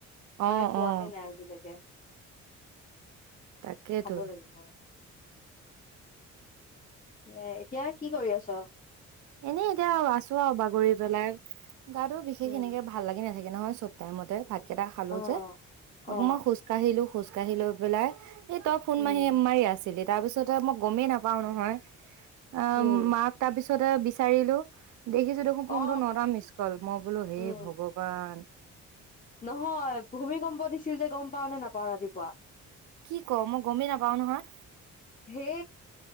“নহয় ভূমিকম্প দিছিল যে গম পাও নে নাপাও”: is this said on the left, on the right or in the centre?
Left